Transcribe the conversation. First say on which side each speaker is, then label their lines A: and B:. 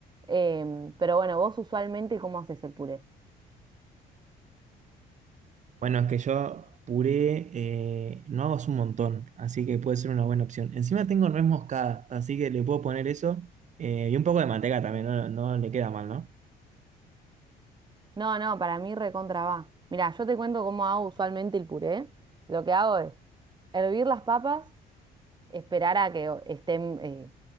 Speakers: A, on the right (about 25°); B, on the right (about 45°).
A: Em, pero bueno, vos usualmente, ¿cómo haces el puré?
B: Bueno, es que yo puré, eh, no hago hace un montón, así que puede ser una buena opción. Encima tengo nuez moscada, así que le puedo poner eso eh, y un poco de manteca también, no, no le queda mal, ¿no?
A: No, no, para mí recontra va. Mirá, yo te cuento cómo hago usualmente el puré. Lo que hago es hervir las papas, esperar a que o- estén eh,